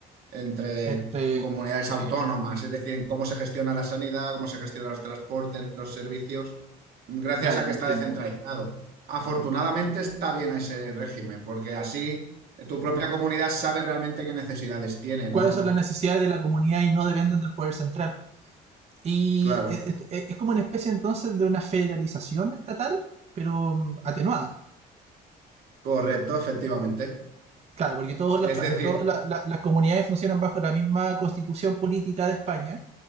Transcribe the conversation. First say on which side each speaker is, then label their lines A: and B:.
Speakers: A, on the right; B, on the right.
A: entre
B: Entre
A: comunidades autónomas, es decir, en cómo se gestiona la sanidad, cómo se gestionan los transportes, los servicios, gracias
B: Claro,
A: a que
B: entiendo.
A: está descentralizado. Afortunadamente está bien ese régimen, porque así eh, tu propia comunidad sabe realmente qué necesidades tiene, ¿no?
B: ¿Cuáles son las necesidades de la comunidad y no dependen del poder central? Y
A: Claro,
B: es, es- es como una especie entonces de una federalización estatal, pero mm, atenuada.
A: correcto, efectivamente.
B: Claro, porque todas las,
A: Es
B: pa-
A: Claro, decir,
B: todas la- la- las comunidades funcionan bajo la misma constitución política de España,